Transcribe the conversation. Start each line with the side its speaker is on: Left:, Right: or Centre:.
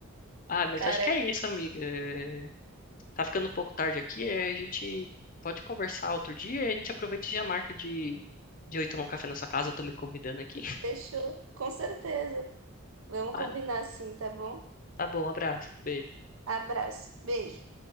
Left: Ah, mas
Right: Cara,
Left: acho que é isso, amiga. É, Tá ficando um pouco tarde aqui, é, a gente pode conversar outro dia, a gente aproveita e já marca de, de eu ir tomar um café na sua casa, eu tô me convidando aqui. <laughs>
Right: fechou. Com certeza. Vamos
Left: Ah,
Right: combinar sim, tá bom?
Left: tá bom, um abraço, beijo.
Right: Abraço. Beijo.